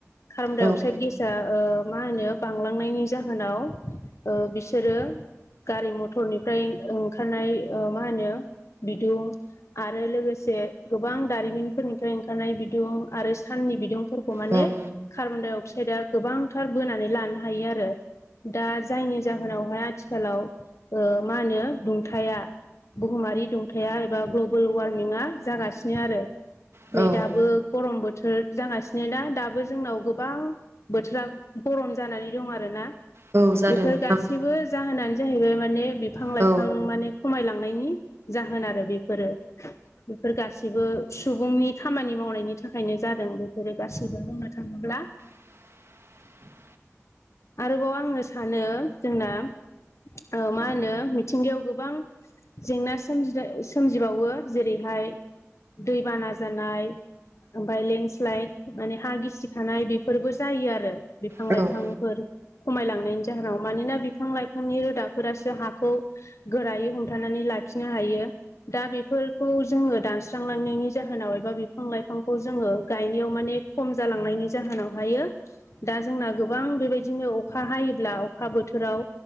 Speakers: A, on the left; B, on the right.
A: कार्बनडाइअक्स
B: औ
A: गेसा ओ- मा होनो बांलांनायनि जाहोनाव ओ बिसोरो गारि मथरनिफ्राय ओं खारनाय ओ मा होनो बिदुं आरो लोगोसे गोबां दारिमिनफोरनिफ्राय ओंखारनाय बिदुं आरो साननि बिदुं फोरखौ माने
B: औ
A: कार्बन डाइ अक्साइदआ गोबांथार बोनानै लानो हायो आरो। दा जायनि जाहोनावहाय आथिखालाव ओ मा होनो थाया बुहुमारि दुंथाया एबा ग्लबेल वार्मिंआ जागासिनो आरो।
B: औ
A: नै दाबो गरम बो थोर जागासिनो ना दाबो जोंनाव गोबां बोथोरा गरम जानानै दं आरोना।
B: औ जादों
A: बेफोर
B: नोंथां
A: गासैबो जाहोनानो जाहैबाय माने बिफां लाइफां
B: औ
A: माने खमायलांनायनि जाहोन आरो बेफोरो। बेफोर गासैबो सुबुंनि खामानि मावनायनि थाखायनो जादों बेफोरो गासैबो बुंनो थांङोब्ला। ब्ला
B: <inaudible>
A: आरोबाव आङो सानो जोंना ओ मा होनो मिथिंगायाव गोबां जेंना सोमजि सोमजिबावो जेरैहाय हाय दैबाना जानाय ओमफ्राय लेन्डस्लाइद माने हा गिसिखानाय बेफोरबो जायो आरो बिफां
B: औ
A: लाइफां खमायलांनायनि जाहोनाव मानोना बिफां-लाइफांनि रोदाफोरासो हाखौ गोरायै हमथानानै ला खिनो हायो दा बेफोरखौ जोङो दानस्रांलांनायनि जाहोनाव एबा बिफां-लाइफांखौ जोङो ङो गायनायाव माने खम जालांनायनि जाहोनाव हायो दा जोंना गोबां बेबायदिनो अखा हायोब्ला अखा बोथोराव